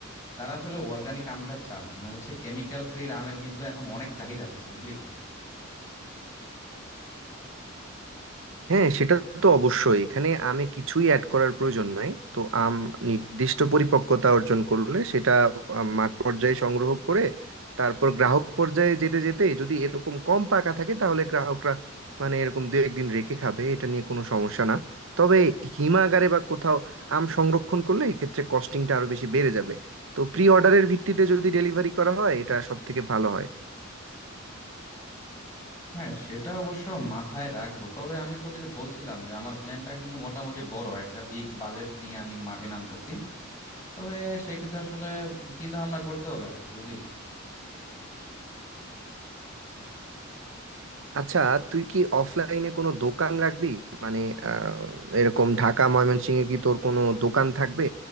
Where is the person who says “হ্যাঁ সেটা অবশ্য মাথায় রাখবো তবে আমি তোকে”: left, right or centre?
Left